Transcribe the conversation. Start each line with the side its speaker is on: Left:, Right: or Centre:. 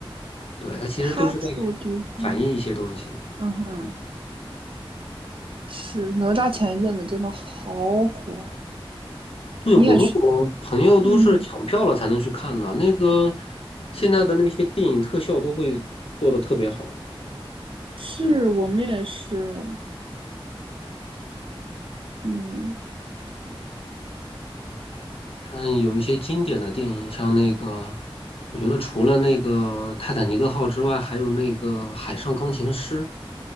Left: 对，他其实都是在
Right: 他住的地方，
Left: 反映一些东西。
Right: 嗯哼，是哪吒前一阵子真的好火
Left: 对，
Right: 你也去，
Left: 我跟我朋友都是抢票了才能去看的。
Right: 嗯哼，
Left: 那个现在的那些电影特效都会做的特别好，
Right: 是我们也是，嗯，
Left: 像有一些经典的电影，像那个我觉得除了那个《泰坦尼克号》之外，还有那个《海上钢琴师》。